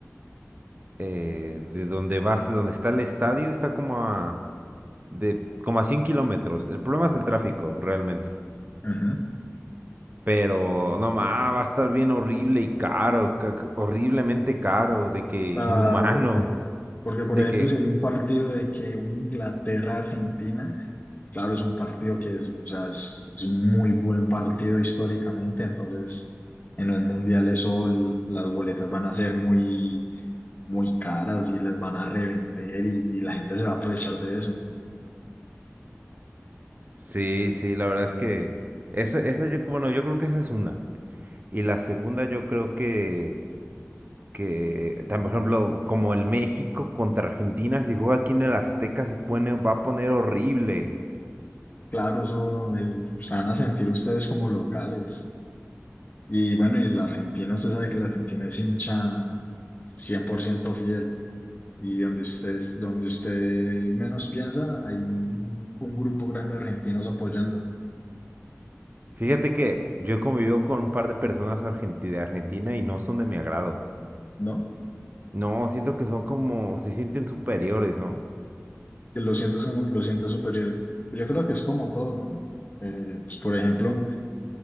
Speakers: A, on the right (about 35°); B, on the left (about 35°).
A: eh, de donde vas, de donde está el estadio, está como a de como a 100 kilómetros. El problema es el tráfico, realmente.
B: Ujú.
A: Pero no más, va a estar bien horrible y caro, ca- ca- horriblemente caro, de que
B: Claro,
A: inhumano,
B: porque, porque por
A: de
B: ejemplo,
A: que...
B: si hay un partido de que un Inglaterra-Argentina, claro, es un partido que es, o sea, es, es un muy buen partido históricamente, entonces en un mundial eso, l- las boletas van a ser muy, muy caras y las van a revender y, y la gente se va a aprovechar de eso.
A: Sí, sí, la verdad es que esa, esa yo, bueno, yo creo que esa es una. Y la segunda yo creo que, que, tan, por ejemplo, como el México contra Argentina, si juega aquí en el Azteca se pone, va a poner horrible.
B: Claro, eso el- se van a sentir ustedes como locales. Y bueno, y la Argentina, usted sabe que la Argentina es hincha 100% fiel. Y donde ustedes, donde usted menos piensa, hay un, un grupo grande de argentinos apoyando,
A: Fíjate que yo he convivido con un par de personas argenti- de Argentina y no son de mi agrado.
B: ¿no?
A: No, siento que son como, se sienten superiores, ¿no?
B: Que lo sientas como, lo sientas superiores. Yo creo que es como todo, ¿no? Eh, pues, por ejemplo,